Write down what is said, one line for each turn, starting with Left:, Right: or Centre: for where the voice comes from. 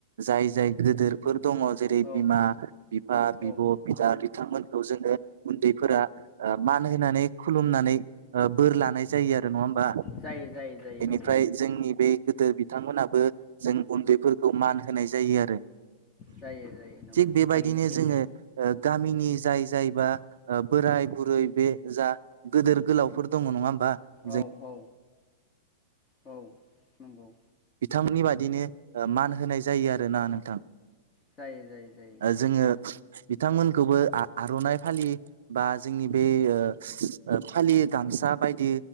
Right: जाय जाय गिदोरफोर दङ जेरै
Left: औ
Right: बिमा बिफा बिब'
Left: औ
Right: बिदा बिथांमोनखौ जोङो उन्दैफोरा मान होनानै खुलुमनानै बोर लानाय जायो आरो नङा होमबा
Left: जायो जायो जायो
Right: बेनिफ्राय
Left: औ
Right: जोंनि बे गोदो बिथांमोनाबो जों। उन्दैफोरखौ मान होनाय जायो आरो।
Left: जायो जायो नंगौ
Right: थिग बेबायदिनो
Left: थारैनो सैथो।
Right: जोङो गामिनि जाय जायबा बोराय बुरै बे जा गिदोर गोलावफोर दङ नङा जों
Left: औ औ औ नंगौ।
Right: थांनि बादिनो ओ मान होनाय जायो आरोना नोंथां।
Left: जायो जायो जायो औ
Right: जोङो बिथांमोनखौबो आर'नाइ फालि बा जोंनि बे ओ फालि गामसा स्ला बायदि